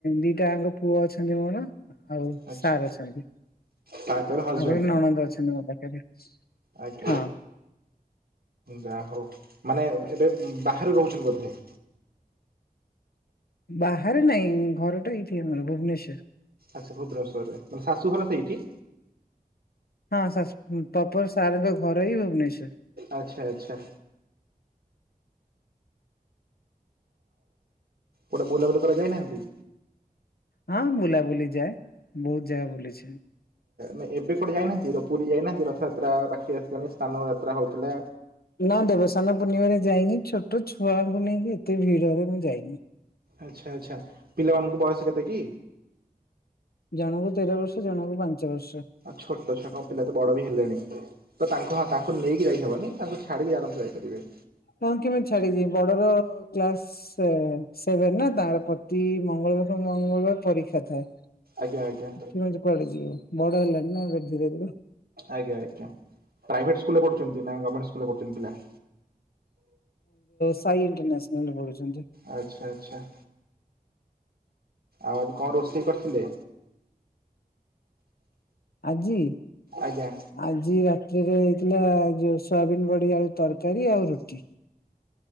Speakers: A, on the left (about 80°); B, on the right (about 80°).
A: ଦିଟାଙ୍କ ପୁଅ ଅଛନ୍ତି ମୋର। ହଉ
B: ଆଚ୍ଛା
A: ସାର୍ ଅଛନ୍ତି ଆଉ
B: ତାର ତାର ହଜବେଣ୍ଡ
A: ଗୋଟେ ନନନ୍ଦ ଅଛନ୍ତି ମୋ ପାଖରେ?
B: ଆଜ୍ଞା
A: ହଁ
B: ଯା ହଉ ମାନେ ଏବେ ବାହାରୁ ରହୁଛନ୍ତି ବୋଧେ?
A: ବାହାରେ ନାଇଁ ଘରଟା ଏଇଠି ଆମର ଭୁବନେଶ୍ଵର।
B: ଆଚ୍ଛା ଭବେଶ୍ୱରରେ ମାନେ ଶାଶୁଘର ସେଇଠି।
A: ହଁ ସ ପପ ସାର୍ଙ୍କ ଘର ହ ଭୁବନେଶ୍ୱର।
B: ଆଚ୍ଛା ଆଚ୍ଛା। ଗୋଟେ ବୁଲାବୁଲି କରିଯାଇନାହାନ୍ତି।
A: ହଁ ବୁଲାବୁଲି ଯାଏ ବହୁତ ଜାଗା ବୁଲିଛି।
B: ନାଇଁ ଏବେ କଣ ଯାଇନାହାନ୍ତି ତ ପୁରୀ ଯାଇନାହାନ୍ତି ରଥଯାତ୍ରା ପାଖି ଆସିଲାାନି ସ୍ନାନ ଯାତ୍ରା ହେଉଥିଲା।
A: ନା ଦେବସାନ ପୂର୍ଣ୍ଣିମାରେ ଯାଇନି ଛୋଟ ଛୁଆଙ୍କୁ ନେଇକି ଏତେ ଭିଡ ରେ ମୁଁ ଯାଇନି?
B: ଆଚ୍ଛା ଆଚ୍ଛା ପିଲାମାନଙ୍କୁ ବୟସ କେତେ କି?
A: ଜଣକୁ ତେର ବର୍ଷ ଜଣଙ୍କୁ ପାଞ୍ଚ ବର୍ଷ।
B: ଆଉ ଛୋଟ ଛଆ କ ପିଲା ତ ବଡ ବି ହେଲେଣି। ତ ତାଙ୍କୁ ହଁ ତାଙ୍କୁ ନେଇକି ଯାଇହବନି ତାଙ୍କୁ ଛାଡିକି ଆରାମସେ ଯାଇପାରିବେ।
A: ହଁ କେମିତି ଛାଡିବି ବଡର କ୍ଲାସ ସେ ସେଭେନ ନା ତାର ପତି ମଙ୍ଗଳବାର ମଙ୍ଗଳବାର ପରୀକ୍ଷା ଥାଏ।
B: ଆଜ୍ଞା ଆଜ୍ଞା।
A: <unintelligible>
B: ଆଜ୍ଞା ଆଜ୍ଞା ପ୍ରାଇଭେଟ୍ ସ୍କୁଲ୍ ରେ ପଢୁଛନ୍ତି ନା ଗମେଣ୍ଟ ସ୍କୁଲ ରେ ପଢୁଛନ୍ତି ପିଲା?
A: ସାଇ ଇଣ୍ଟରନ୍ୟାସନାଲ ପଡ଼ୁଛନ୍ତି।
B: ଆଚ୍ଛା ଆଚ୍ଛା। ଆଉ ଆଜି କଣ ରୋଷେଇ କରିଥିଲେ?
A: ଆଜି?
B: ଆଜ୍ଞା।
A: ଆଜି ରାତିରେ ହେଇଥିଲା ଯୋଉ ସୋୟାବିନ୍ ବଡି ଆଳୁ ତରକାରୀ ଆଉ ରୁଟି।